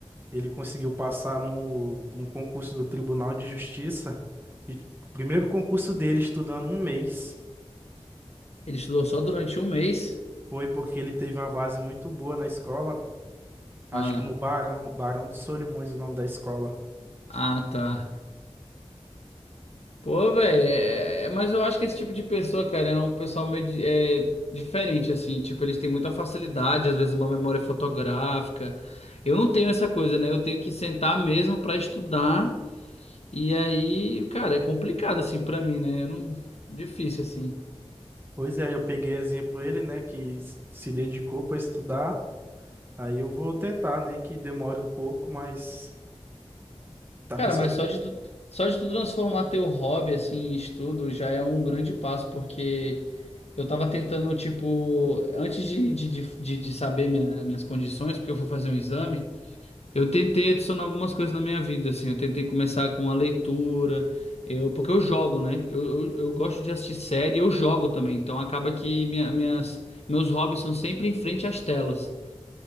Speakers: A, on the right; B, on the left.
A: Ele conseguiu passar no, no concurso do Tribunal de Justiça e o primeiro concurso dele estudando um mês.
B: Ele estudou só durante um mês.
A: Foi porque ele teve uma base muito boa na escola. Acho
B: Ah,
A: que no Barão, Barão de Solimões, o nome da escola.
B: ah, tá. Pô, velho, é- é- é, mas eu acho que esse tipo de pessoa, cara, é um pessoal meio de- é, diferente, assim. Tipo, eles têm muita facilidade, às vezes uma memória fotográfica. Eu não tenho essa coisa, né? Eu tenho que sentar mesmo pra estudar. E aí, cara, é complicado, assim, pra mim, né? Eu não... Difícil, assim.
A: Pois é, eu peguei exemplo ele, né, que s- se dedicou para estudar. Aí eu vou tentar, nem que demore um pouco, mas a
B: Cara,
A: pessoa,
B: mas só de tu, só de tu transformar teu hobby, assim, em estudo já é um grande passo, porque eu tava tentando, tipo, antes de, de, de, de de saber minha- minhas condições, porque eu fui fazer um exame. Eu tentei adicionar algumas coisas na minha vida, assim. Eu tentei começar com a leitura, eu, porque eu jogo, né? Eu, eu, eu gosto de assistir série, eu jogo também. Então acaba que minha, minhas, meus hobbies são sempre em frente às telas.